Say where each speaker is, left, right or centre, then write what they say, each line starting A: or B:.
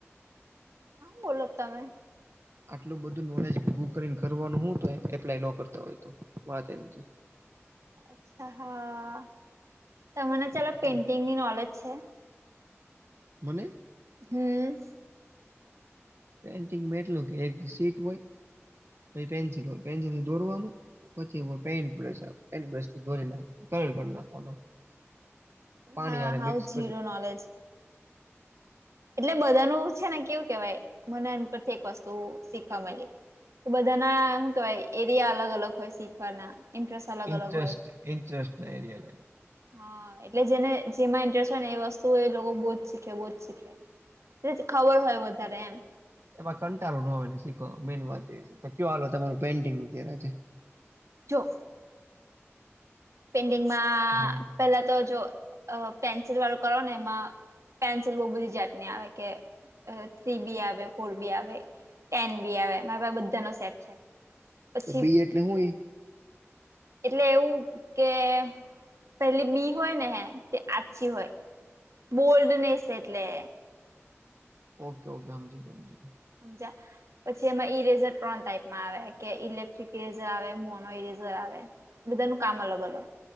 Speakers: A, on the right; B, on the right.
A: હું બોલો તમે?
B: આટલું બધું નોલેજ ગુગને કરવાનું તો એપ્લાય ન કરતા હોય તો વાત એમ છે.
A: અચ્છા હા ત મને ચાલો
B: એ તો
A: પેઇન્ટિંગની નોલેજ છે.
B: મને?
A: હમ.
B: પેન્ટિંગ એટલું કે એક સીટ હોય, તો પેન્સિલ હોય પેન્સિલ દોરવાનું. પછી પેન્ટ બ પેન્ટ બ્રથીોરી નાખ કર નાખવાનો <unintelligible> પાણી
A: હા
B: યારે
A: હાવ
B: મિક્સ
A: જીરો
B: કરી.
A: નોલેજ એટલે બધાનું છે ને, કેવું કેવાય મના પરથી એક વસ્તુ શીખવા મળે. તો બધા ના શું કેવાય, એરિયા અલગ-અલગ હોય, શીખવાના ઇન્ટરેસ્ટ અલગ
B: ઇન્ટરેસ્ટ,
A: અલગ હોય
B: ઇન્ટરેસ્ટ ના એ લ.
A: હા, એટલે જેને જેમાં ઇન્ટરેસ્ટ હોય ને, એ વસ્તુ એ લોકો બહુ જ સીખે બહુ જ સીખે. એટલે ખબર હોય, વધારે એમ.
B: એમાં કંટાળો ન હોય ને શીખ, મેન વાત એ કયો તમારું પેન્ટિંગ નું છે.
A: જો પેડિંગમાં.
B: હા.
A: પહેલા તો જો પેન્સિલ વાળું કરો ને, એમાં પેન્સિલ બહુ બધી જાતી. તને કે. થ્રી બી આવે, ફોર બી આવે, ટેન બી આવેરા બધા નો સેટ છે. પછી
B: તો બી એટલે હું એ.
A: એટલે એવું કે, પેલી બી હોય ને, હે તે આછી હોય. બોલ્ડનેસ એટલે.
B: ઓકે, ઓકે, હાજીજી.
A: સમજી. પછી એમાં ઇરેઝર ત્રણ ટાઈપમાં આવે કે, ઇલેક્ટ્રિક ઇરેઝર આવે, મોનો ઇરેઝર આવે. બધાનું કામ અલગ-અલગ.